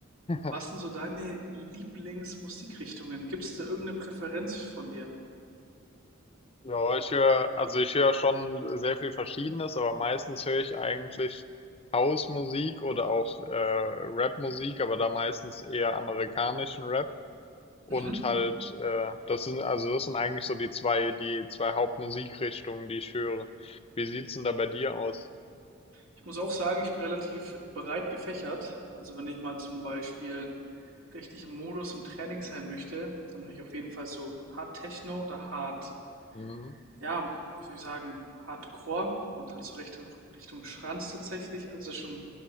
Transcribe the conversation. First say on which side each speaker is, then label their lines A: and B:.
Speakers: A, on the left (about 30°); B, on the right (about 80°).
A: <laughs>
B: Was sind so deine Lieblingsmusikrichtungen? Gibt's da irgendeine Präferenz von dir?
A: Ja, ich höre, also ich höre schon sehr viel Verschiedenes, aber meistens höre ich eigentlich Housemusik oder auch äh, Rapmusik, aber da meistens eher amerikanischen Rap und
B: Mhm.
A: halt, äh, das sind, also das sind eigentlich so die zwei, die zwei Hauptmusikrichtungen, die ich höre. Wie sieht's denn da bei dir aus?
B: Ich muss auch sagen, ich bin relativ breit gefächert. Also, wenn ich mal zum Beispiel richtig im Modus im Training sein möchte, dann höre ich auf jeden Fall so Hard Techno oder Hard
A: Mhm.
B: Ja, wie soll ich sagen, Hardcore und halt so Richtung, Richtung Schranz tatsächlich. Also schon